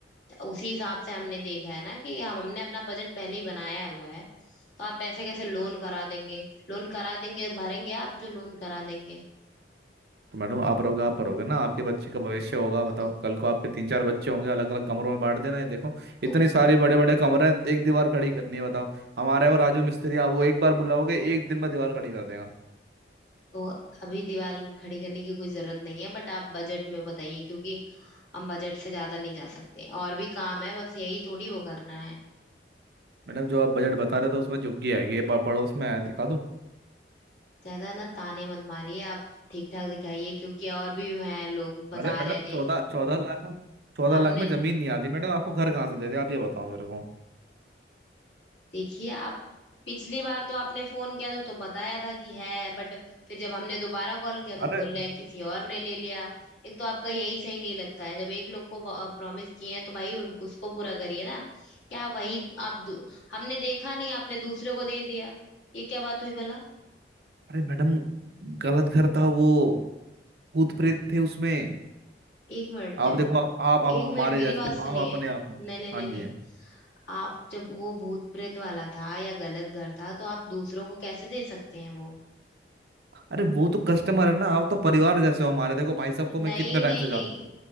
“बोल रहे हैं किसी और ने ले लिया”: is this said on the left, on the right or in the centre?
Left